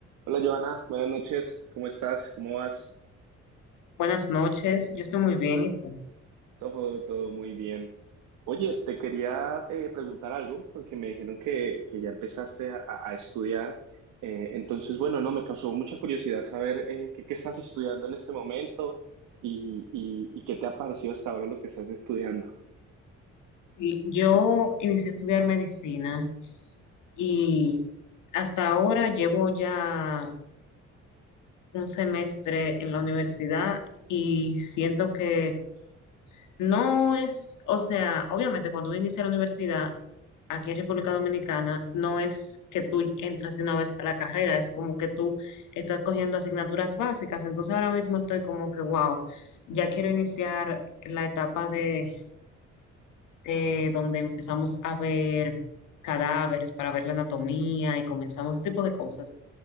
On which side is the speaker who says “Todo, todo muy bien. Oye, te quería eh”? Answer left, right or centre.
Right